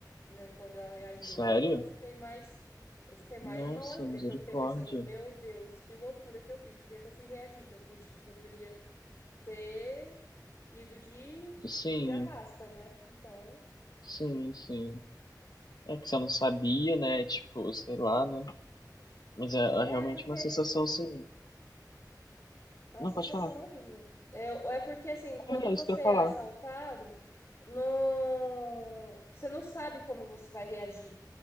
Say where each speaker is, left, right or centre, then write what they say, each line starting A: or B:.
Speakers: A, on the left; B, on the left.
A: né, quando ela reagiu.
B: Sério?
A: Aí que eu fiquei mais eu fiquei mais
B: Nossa,
A: mal ainda,
B: misericórdia.
A: que eu fiquei pensando, meu Deus, que loucura que eu fiz, por que que eu fui reagir? Que eu podia, poderia ter ido de
B: Sim,
A: de arrasta, né? Então,
B: sim, sim. É que você não sabia, né? Tipo, sei lá, né? Mas é, é
A: é
B: realmente
A: porque
B: uma sensação, sim.
A: É uma
B: Não,
A: sensação
B: pode falar.
A: horrível. É, é porque, assim, quando
B: É, é
A: você
B: isso que eu ia
A: é
B: falar.
A: assaltado, não... você não sabe como você vai reagir.